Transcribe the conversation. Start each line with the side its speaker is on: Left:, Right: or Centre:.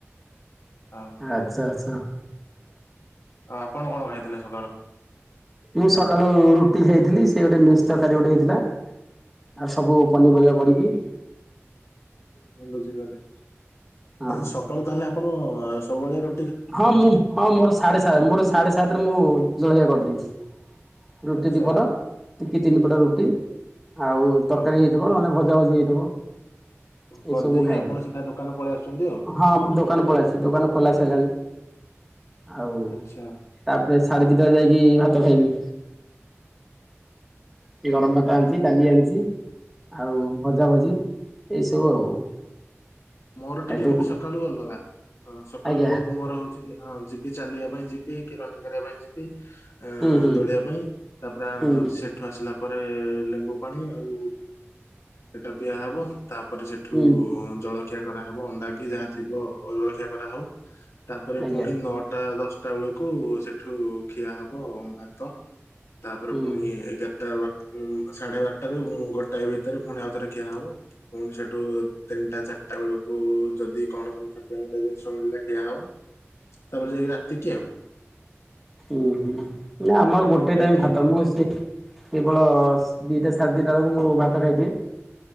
Left: ଆଉ
Centre: ଆଚ୍ଛା ଆଚ୍ଛା।
Left: ଆ ଆପଣ କଣ ଖାଇଥିଲେ ସକାଳୁ।
Centre: ମୁଁ ସକାଳୁ ରୁଟି ଖାଇଥିଲି। ସେ ଗୋଟେ ମିକ୍ସ୍ ତକାରୀ ଗୋଟେ ହେଇଥିଲା।
Left: ହୁଁ
Centre: ଆଉ ସବୁ
Left: ହୁଁ
Centre: ପନିପରିବା ପଡିକି।
Left: ହଁ ବୁଝିଗଲି
Centre: ହଁ
Left: ସକାଳୁ ତାହେଲେ ଆପଣ ସବୁବେଳେ ରୁ
Centre: ହଁ ମୁଁ ହଁ ମୋର ସାଢେ ସା ମୋର ସାଢେ ସାତ୍ ରେ ମୁଁ ଜଳଖିଆ କରିଦେବି। ରୁଟି
Left: ଆଚ୍ଛା।
Centre: ଦିପଟ ଟିକେ ତିନି ପଟ ରୁଟି ଆଉ ତରକାରୀ
Left: ଉଁ,
Centre: ହେଇଥିବ। ନହେଲେ ଭ ଭଜା ଭୁଜି ହେଇଥିବ। ଏଇସବୁ
Left: କରିଦେଇକି
Centre: ମୁଁ ଖାଇଦିଏ।
Left: ଆପଣ ସିଧା ଦୋକାନ ପଳେଇ ଆସୁଛନ୍ତି ଆଉ
Centre: ହଁ ମୁଁ ଦୋକାନ ପଳେଇଛି ଦୋକାନ ଖୋଲା ସାରିଲାଣି। ଆଉ
Left: ଆଚ୍ଛା।
Centre: ତାପରେ ସାଢେ ଦିଟା ଯାଇକି ଭାତ ଖାଇବି। ସେ
Left: ହୁଁ
Centre: ଗରମ
Left: ହୁଁ
Centre: ଭାତ
Left: ହୁଁ
Centre: ଆଣିଛି।
Left: ହୁଁ
Centre: ଡାଲି ଆଣିଛି ଆଉ ଭଜା ଭଜି। ଏଇସବୁ ଆଉ।
Left: ମୋର ଟିକେ
Centre: ଆ ତ
Left: କିନ୍ତୁ ସକାଳୁ ଅଲଗା। ହଁ ସକାଳୁ
Centre: ଆଜ୍ଞା
Left: ମୋର ହଉଛି ହଁ ଯିବି ଚାଲିବା ପାଇଁ ଯିବି। କି ରନିଙ୍ଗ୍ କରିବା ପାଇଁ ଯିବି। ଆଁ
Centre: ହୁଁ ହୁଁ
Left: ଦୋଳିବା ପାଇଁ ତାପ
Centre: ହୁଁ
Left: ହଉଛି ସେଠୁ ଆସିଲା ପରେ- ଲେମ୍ବୁ ପାଣି ଆଉ ସେଟା ପିଆ ହବ। ତାପରେ ସେଠୁ
Centre: ହୁଁ
Left: ଜଳଖିଆ କରାହେବ ଅଣ୍ଡା କିି ଯାହା ଥିବ ଅ ଜଳଖିଆ କରାହେବ। ତାପରେ
Centre: ଆଜ୍ଞା
Left: ଫୁଣି ନଅଟା ଦଶଟା ବେଳକୁ ସେଠୁ ଖିଆ ହବ ଭାତ। ତାପରେ
Centre: ହୁଁ
Left: ଫୁଣି ଏଗା ରଟା ବାର ସାଢେ ବାରଟାରୁ ଗୋଟାଏ ଭିତରେ ଫୁଣି ଆଉ ଥରେ ଖିଆ ହବ। ଫୁଣି ସେଠୁ ତିନିଟା ଚାରି ଟା ବେଳକୁ ଯଦି କଣ ଛୋଟିଆ ମୋଟିଆ ଜିନିଷ ମିଳିଲା ଖିଆ ହବ। ତାପରେ ଯାଇକି ରାତି କି ଆଉ।
Centre: ଉଁ ହୁଁ ନା ଆମର
Left: ରାତିକି
Centre: ଗୋଟେ
Left: ଖାଇକି
Centre: ଟାଇମ ଭାତ ମୁଁ ସେ କେବଳ ଦିଟା ସାଢେ ଦିଇଟା ବେଳକୁ ମୁଁ ଭାତ ଖାଇଦିଏ।